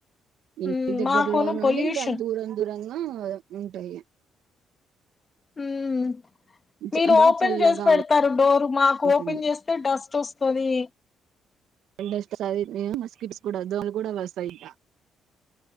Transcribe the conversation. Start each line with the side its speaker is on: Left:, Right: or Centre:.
Right: ఇంటి
Left: ఉమ్
Right: దగ్గరలో
Left: మాకును
Right: నుండి
Left: పొల్యూషన్
Right: ఇంకా దూరం దూరం ఆ ఉంటాయి
Left: హమ్
Right: చ-
Left: మీరు
Right: బాగా
Left: ఓపెన్
Right: చల్లగా
Left: చేసి పెడతారు డోర్ మాకు
Right: ఉంటుంది
Left: ఓపెన్ చేస్తే డస్ట్ వస్తు సోది
Right: ఎం చేస్తావ్ సర్గ వాడుకుంది కూడా వస్తాయి ఇంకా